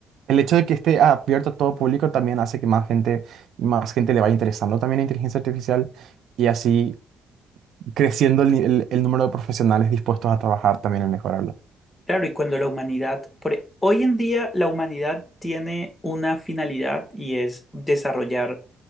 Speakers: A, on the right (about 70°); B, on the left (about 15°).
A: el hecho de que esté abierto a todo público también hace que más gente, más gente le vaya interesando también la inteligencia artificial y así creciendo el, ni- el- el número de profesionales dispuestos a trabajar también en mejorarla.
B: Claro, y cuando la humanidad, por e- hoy en día la humanidad tiene una finalidad y es desarrollar